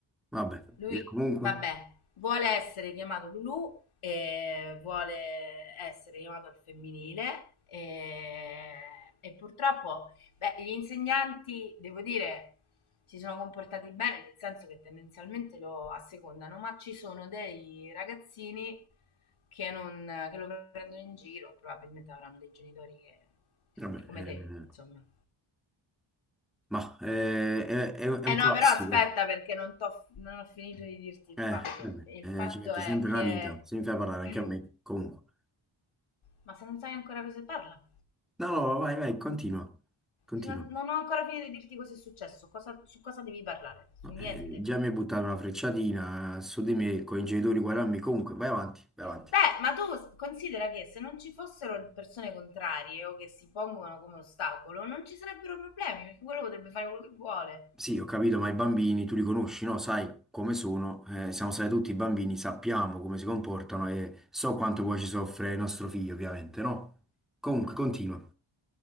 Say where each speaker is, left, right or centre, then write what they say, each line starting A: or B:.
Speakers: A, in the centre; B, on the left.
A: Vabbè,
B: lui,
A: eh, comunque,
B: vabbè, vuole essere chiamato Lulu e vuole essere chiamato al femminile e, e purtroppo, beh, gli insegnanti, devo dire, si sono comportati bene, nel senso che tendenzialmente lo assecondano, ma ci sono dei ragazzini che, non, che lo prendono in giro, probabilmente avranno dei genitori che,
A: vabbè,
B: come
A: eh,
B: te, insomma,
A: ma eh, è, è- è
B: Eh
A: un
B: no,
A: classico.
B: però aspetta perché non, t'ho- non ho finito di dirti il
A: Eh,
B: fatto.
A: vabbè,
B: Il fatto
A: eh, ci metti
B: è
A: sempre una
B: che...
A: vita, se mi fai parlare anche
B: <clears throat>
A: a me, comunque.
B: Ma se non sai ancora cosa si parla?
A: No, no, no, vai, vai, continua, continua.
B: Se Non non ho ancora finito di dirti cosa è successo, cosa- su cosa devi parlare,
A: No,
B: su niente.
A: eh, già mi hai buttato una frecciatina su di me, con i genitori uguali a me, comunque, vai avanti, vai avanti.
B: Beh, ma tu s- considera che se non ci fossero persone contrarie o che si pongono come ostacolo, non ci sarebbero problemi, perché quello potrebbe fare quello che vuole.
A: Sì, ho capito, ma i bambini tu li conosci, no? Sai come sono, eh, siamo stati tutti bambini, sappiamo come si comportano e so quanto poi ci soffre il nostro figlio, ovviamente, no? Comunque, continua